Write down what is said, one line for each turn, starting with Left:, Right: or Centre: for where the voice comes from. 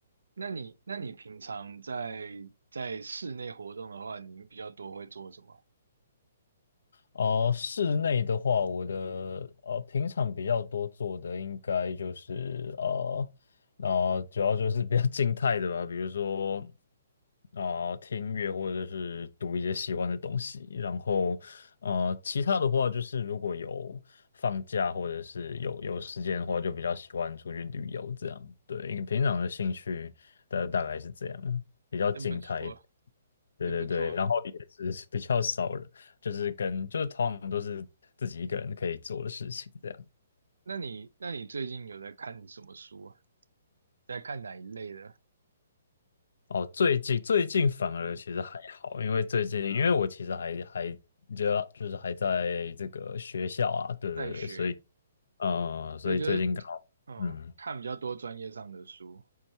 Right: 那你那你平常在在室内活动的话，你比较多会做什么？
Left: 哦，室内的话，我的呃平常比较多做的应该就是呃，呃，主要就是比较静态的吧，比如说啊、呃听音乐或者是读一些喜欢的东西，然后呃其他的话就是如果有放假或者是有有时间的话，就比较喜欢出去旅游这样。对，因为平常的兴趣大大概是这样，比较静态一点
Right: 真不错，
Left: 对对对，
Right: 真不错。
Left: 然后也是比较少人。就是跟就是通常都是自己一个人可以做的事情这样。
Right: 那你那你最近有在看什么书啊？在看哪一类的？
Left: 哦，最近最近反而其实还好，
Right: 嗯，
Left: 因为最近因为我其实还还就就是还在这个学校啊，对对对，
Right: 在学，
Left: 所以呃，所以最近刚好嗯。
Right: 所以就是嗯，看比较多专业上的书。